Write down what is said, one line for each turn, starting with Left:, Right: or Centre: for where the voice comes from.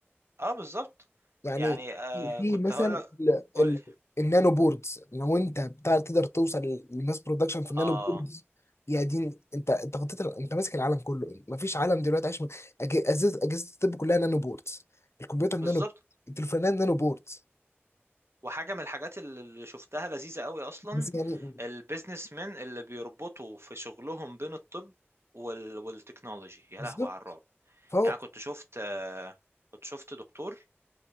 Right: اه بالظبط
Left: يعني
Right: يعني آه
Left: في
Right: كنت
Left: مثلا
Right: هقول لك
Left: ال-
Right: قول
Left: ال-
Right: لي
Left: النانو بوردز لو انت بتاع تقدر توصل للماس برودكشن في النانو
Right: اه
Left: بوردز يا دين انت انت غطيت ال- انت ماسك العالم كله مفيش عالم دلوقتي عايش من- أج- اجهزه اجهزه الطب كلها نانو بوردز الكمبيوتر نانو
Right: بالظبط
Left: التليفونات نانو بوردز
Right: وحاجه من الحاجات اللي شفتها لذيذه قوي اصلا
Left: بس يعني
Right: البيزنس مان اللي بيربطوا في شغلهم بين الطب وال... والتكنولوجي يا
Left: بالظبط
Right: لهوي على الرعب
Left: فهو
Right: يعني كنت شفت آه كنت شفت دكتور